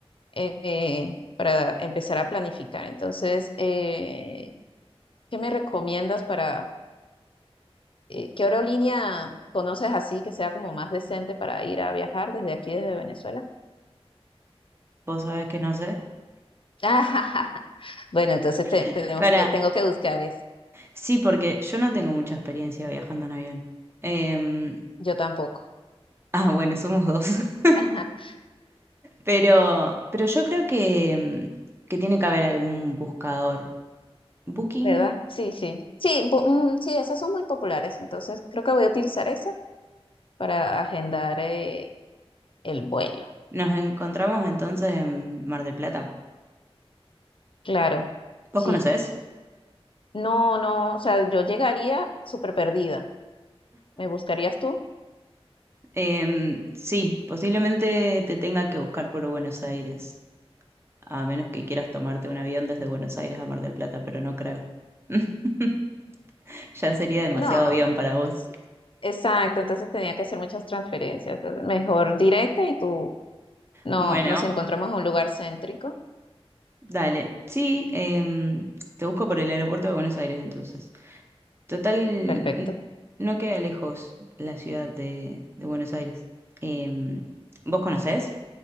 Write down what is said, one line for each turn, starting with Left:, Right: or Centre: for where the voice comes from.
Left: eh, eh, para empezar a planificar. Entonces, eh, ¿qué me recomiendas para, eh, qué aerolínea conoces así que sea como más decente para ir a viajar desde aquí, desde Venezuela?
Right: Vos sabés que no sé.
Left: <laughs> Bueno, entonces te-
Right: <laughs>
Left: tenemos
Right: Para,
Left: que, tengo que buscar eso.
Right: sí, porque yo no tengo mucha experiencia viajando en avión. Em,
Left: Yo tampoco.
Right: <laughs> ah, bueno, somos dos. <laughs>
Left: <laughs>
Right: Pero, pero yo creo que, em, que tiene que haber algún buscador. Booking.
Left: ¿Verdad? Sí, sí. Sí, bu- mm, sí, esas son muy populares, entonces creo que voy a utilizar esa para agendar eh, el vuelo.
Right: Nos encontramos entonces en Mar del Plata.
Left: Claro,
Right: ¿Vos
Left: sí.
Right: conocés?
Left: No, no, o sea, yo llegaría súper perdida. ¿Me buscarías tú?
Right: Em, sí, posiblemente te tenga que buscar por Buenos Aires. a menos que quieras tomarte un avión desde Buenos Aires a Mar del Plata, pero no creo. <laughs> Ya sería demasiado
Left: No,
Right: avión
Left: no.
Right: para vos.
Left: Sí, Exacto, entonces tenía que hacer muchas transferencias. entonces mejor directa y tú no
Right: Bueno,
Left: nos encontramos en un lugar céntrico.
Right: dale. Sí, em, te busco por el aeropuerto de Buenos Aires entonces. Total,
Left: Perfecto.
Right: n- no queda lejos la ciudad de, de Buenos Aires. Em, ¿vos conocés?